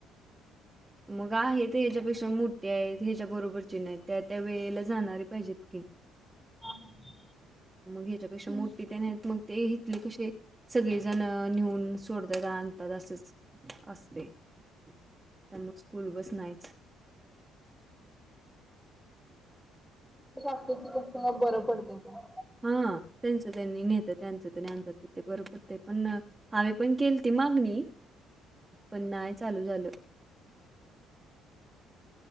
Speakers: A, on the right; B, in the centre.
A: मग आहे ते ह्याच्यापेक्षा मोठी आहेत ह्याच्या बरोबरची नाहीत त्या त्या वेळेला जाणारी पाहिजेत की
B: हा हा.
A: मग ह्याच्यापेक्षा मोठे त्या नाहीत मग ते हितले कसे सगळीजणं न्हेऊन सोडतात आणतात असच असते त्या मग स्कूल बस नाहीच
B: <inaudible> <unintelligible> कसं बरं पडतेय का
A: हा त्यांचं त्यांनी न्हेत्यात त्यांच त्यानी आणत्यात ते बरं पडतंय पण हावे पण केल्ति मागणी पण नायत चालू झालं